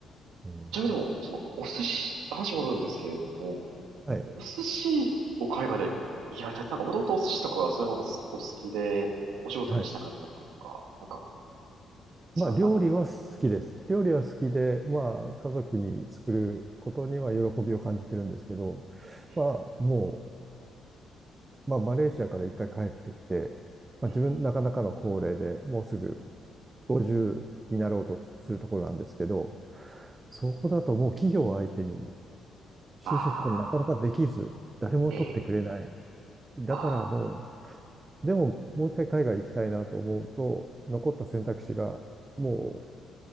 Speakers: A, on the right; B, on the right.
A: うん。
B: ちなみにでも、その、お寿司、話戻るんですけれども、
A: はい。
B: お寿司を海外でやりたい。なんか、もともとお寿司とかそういうものがすお好きで、お仕事にしたかったのかとか、
A: はい。
B: なんか、そういうのってあった。
A: まあ、料理は好きです。料理は好きで、まあ、家族に作ることには喜びを感じてるんですけど、
B: え、
A: まあ、もう、まあ、マレーシアから一回帰ってきて、まあ、
B: え、
A: 自分、なかなかの高齢で、もうすぐ50になろうとするところなんですけど、
B: え、
A: そこだともう企業を相手に就職がなかなかできず、
B: あ
A: 誰も取ってくれない。
B: ー、えー、
A: だからも
B: あー、
A: う、でももう一回海外行きたいなと思うと、残った選択肢がも